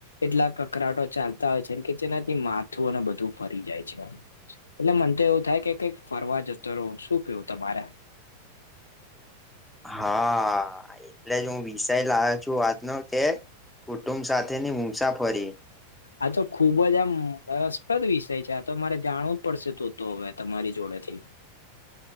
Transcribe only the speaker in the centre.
હા. એટલે જ હું વિષાય લ્યો છું આજનો કે કુટુંબ સાથેની મુસાફરી